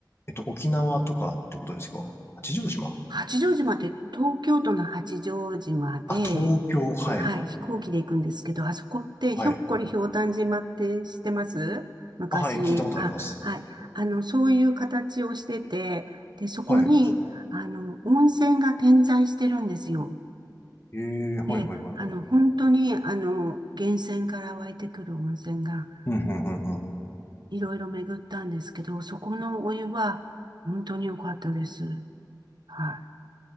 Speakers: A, on the left; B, on the right.
A: えっと、沖縄とかってことですか八丈島
B: 八丈島って東京都の八丈島で、
A: あ、東京、はい。
B: はい、飛行機で行くんですけど、あそこってひょっこりひょうたん島って知ってます昔。
A: はい。あ、はい、聞いたことあります。
B: あ、はい。あの、そういう形をしてて、で、そこに、
A: はい。
B: あの、温泉が点在してるんですよ。
A: ええはいはいはいはい。
B: で、あの、本当に、あの、源泉から湧いてくる温泉が、
A: うん、うん、うん、うん。
B: いろいろ巡ったんですけど、そこのお湯は、本当に良かったです。はい。